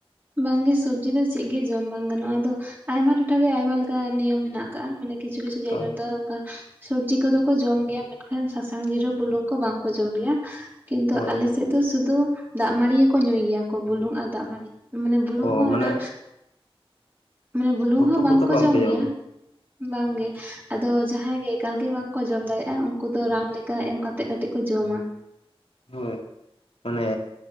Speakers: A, on the right; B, on the left.
A: ᱵᱟᱝᱜᱮ, ᱥᱚᱵᱡᱤ ᱫᱚ ᱪᱮᱫ ᱜᱮ ᱡᱚᱢ ᱵᱟᱝ ᱜᱟᱱᱚᱜᱼᱟ ᱾ᱟᱫᱚ ᱟᱭᱢᱟ ᱴᱚᱴᱷᱟᱨᱮ ᱟᱭᱢᱟ ᱞᱮᱠᱟ ᱱᱤᱭᱚᱢ ᱢᱮᱱᱟᱜ ᱟᱠᱟᱜ-ᱟ ᱢᱟᱱᱮ ᱠᱤᱪᱷᱩ-ᱠᱤᱪᱷᱩ ᱡᱟᱭᱜᱟᱨᱮ
B: ᱦᱳᱭ
A: ᱫᱚ ᱚᱱᱠᱟ ᱥᱚᱵᱡᱤ ᱠᱚᱫᱚ ᱠᱚ ᱡᱚᱢ ᱜᱮᱭᱟ ᱢᱮᱱᱠᱷᱟᱱ ᱥᱟᱥᱟᱝ ᱡᱤᱨᱟᱹ ᱵᱩᱞᱩᱝ ᱠᱚ ᱵᱟᱝ ᱠᱚ ᱡᱚᱢ ᱜᱮᱭᱟ, ᱠᱤᱱᱛᱩ
B: ᱦᱳᱭ
A: ᱟᱞᱮ
B: ᱦᱳᱭ
A: ᱥᱮᱫ ᱫᱚ ᱛᱚ ᱥᱩᱫᱩ ᱫᱟᱜᱢᱟᱹᱲᱤ ᱜᱮᱠᱚ ᱧᱩᱭ ᱜᱮᱭᱟ ᱠᱚ ᱵᱩᱞᱩᱝ ᱟᱨ ᱫᱟᱜ ᱢᱟᱰᱤ, ᱢᱟᱱᱮ ᱵᱩᱞᱩᱝ
B: ᱚ
A: ᱦᱚᱸ
B: ᱢᱟᱱᱮ
A: ᱚᱱᱟ ᱢᱟᱱᱮ ᱵᱩᱞᱩᱝ
B: ᱩᱛᱩ
A: ᱦᱚᱸ ᱵᱟᱝᱠᱚ
B: ᱠᱚᱫᱚ ᱵᱟᱝᱯᱮ
A: ᱡᱚᱢ
B: ᱡᱚᱢᱟ
A: ᱜᱮᱭᱟ ᱵᱟᱝᱜᱮ, ᱟᱫᱚ ᱡᱟᱦᱟᱸᱭ ᱜᱮ ᱮᱠᱟᱞᱜᱮ ᱵᱟᱝᱠᱚ ᱡᱚᱢ ᱫᱟᱲᱮᱭᱟᱜᱼᱟ, ᱩᱱᱠᱩ ᱫᱚ ᱨᱟᱱ ᱞᱮᱠᱟ ᱮᱢ ᱠᱟᱛᱮᱜ ᱠᱟᱹᱴᱤᱡ ᱠᱚ ᱡᱚᱢᱟ᱾
B: ᱦᱳᱭ ᱢᱟᱱᱮ